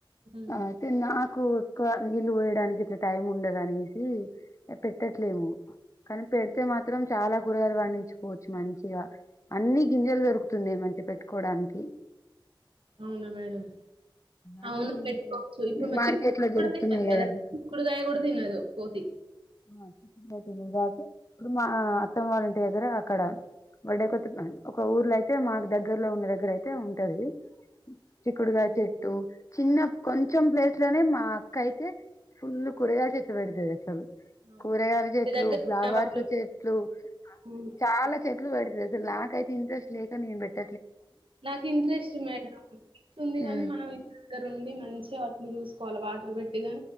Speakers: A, on the right; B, on the left.
A: హ్మ్.
B: అయితే నా ఎక్కువ ఎక్కువ నీళ్ళు పోయడానికి ఇట్లా టైం ఉండదనేసి పెట్టట్లేము. కానీ పెడితే మాత్రం చాలా కూరగాయలు పండించుకోవచ్చు మంచిగా. అన్ని గింజలు దొరుకుతున్నయి మంచిగా పెట్టుకోవడానికి.
A: అవునా మేడం
B: అన్ని
A: అవును
B: గింజలు
A: పెట్టుకోవచ్చు ఇప్పుడు మ
B: మార్కెట్
A: చి <inaudible>
B: లో దొరుకుతున్నాయి
A: కూడా తినదు
B: కదండి
A: కదా చిక్కుడుకాయ కూడా తినదు కోతి.
B: <inaudible> ఇప్పుడు మా అత్తమ్మవారింటి దగ్గరా అక్కడా బర్డె కొ ఒక ఊర్లో అయితే మాకు దగ్గరలో ఉన్న దగ్గర అయితే ఉంటది. చిక్కుడుగాయ
A: హ్మ్.
B: చెట్టు చిన్నగా కొంచెం ప్లేస్ లోనే మా అక్క అయితే ఫుల్ కూరగాయలు చెట్లు పెడుతది అసలు.
A: అవును
B: కూరగాయల
A: మేడం.
B: చెట్లు,
A: ఇంటి దగ్గర
B: ఫ్లవర్స్
A: ఉన్న వాళ్ళు
B: చెట్లు
A: అవును.
B: చాలా చె <unintelligible> పెడతది. నాకు అయితే ఇంట్రెస్ట్ లేక నేను బెట్ట
A: నాకు ఇంట్రెస్ట్ మేడం ఉంది కాని
B: ఉమ్
A: మనం ఇంటి దగ్గర ఉండి మంచిగా వాటిని చూసి కొల వాటర్ పెట్టి